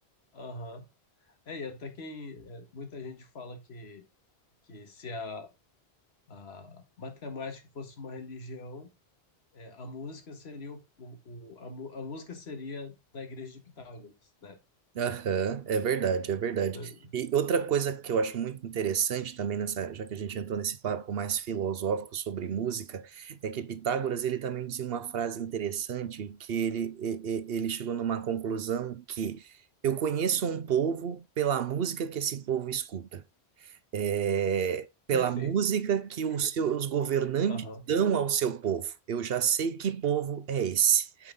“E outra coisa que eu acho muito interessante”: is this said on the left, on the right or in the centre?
Right